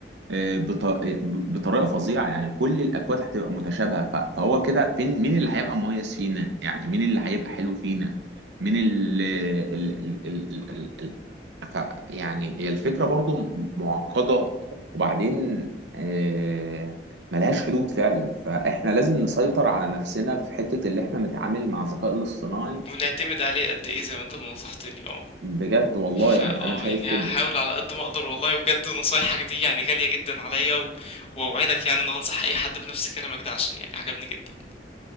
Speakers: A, on the right; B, on the left.
A: آه، بط- بطريقه فظيعه يعني كل الاكواد هتبقى متشابهه ف- فهو كده فين مين اللي هيبقى مميز فينا يعني مين اللي هيبقى حلو فينا مين ال ال ال ال ال ال ف يعني هي الفكره برضو م- معقده وبعدين آه، ملهاش حدود فعلا فاحنا لازم نسيطر على نفسنا في حته اللي احنا نتعامل مع الذكاء الاصطناعي
B: ونعتمد عليه قد ايه زي ما انت ما نصحتني اه
A: بجد والله
B: فا
A: يعني
B: اه
A: انا شايف
B: يعني
A: كده
B: هحاول على قد ما اقدر والله وبجد نصايحك دي يعني غالية جدا عليا و... واوعدك يعني ان هنصح اي حد بنفس كلامك ده عشان يعني عجبني جدا